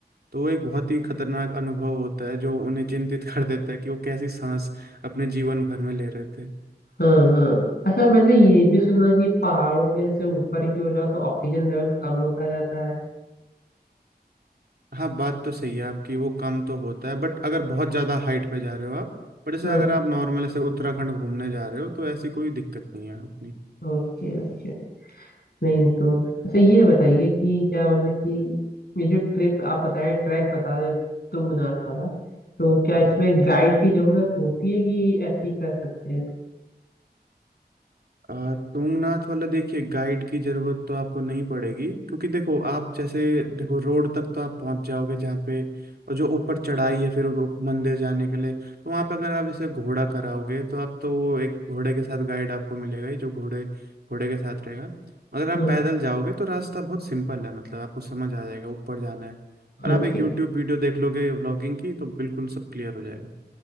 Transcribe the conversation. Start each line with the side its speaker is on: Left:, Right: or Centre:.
Right: तो वो एक बहुत ही खतरनाक अनुभव होता है जो उन्हें चिंतित कर देता है कि वो कैसी सांस अपने जीवन भर में ले रहे थे
Left: हाँ हाँ अच्छा मैंने ये भी सुना कि पहाड़ों पे जैसे ऊपर की ओर जाओ तो ऑक्सीजन लेवल कम होता जाता है
Right: हाँ बात तो सही है आपकी वो कम तो होता है बट अगर बहुत ज़्यादा हाइट पे जा रहे हो आप पर जैसे
Left: हाँ
Right: अगर आप नॉर्मल ऐसे उत्तराखंड घूमने जा रहे हो तो ऐसी कोई दिक्कत नहीं है अपनी
Left: Okay okay नहीं तो अच्छा ये बताइए कि क्या मतलब कि ये जो ट्रिप आप बता रहे ट्रैक बता रहे तुंगनाथ वाला तो क्या इसमें गाइड की जरूरत होती है कि ऐसे ही कर सकते हैं
Right: अ, तुंगनाथ वाला देखिए गाइड की जरूरत तो आपको नहीं पड़ेगी क्योंकि देखो आप जैसे देखो रोड तक तो आप पहुंच जाओगे जहाँ पे और जो ऊपर चढ़ाई है फिर वो मंदिर जाने के लिए तो वहाँ पे अगर आप जैसे घोड़ा कराओगे तो आप तो वो एक घोड़े के साथ गाइड आपको मिलेगा ही जो घोड़े घोड़े के साथ रहेगा अगर आप
Left: हाँ
Right: पैदल जाओगे तो रास्ता बहुत सिंपल है मतलब आपको समझ आ जाएगा ऊपर जाना है और
Left: ओके
Right: आप एक यूट्यूब वीडियो देख लोगे व्लॉगिंग की तो बिल्कुल सब क्लियर हो जाएगा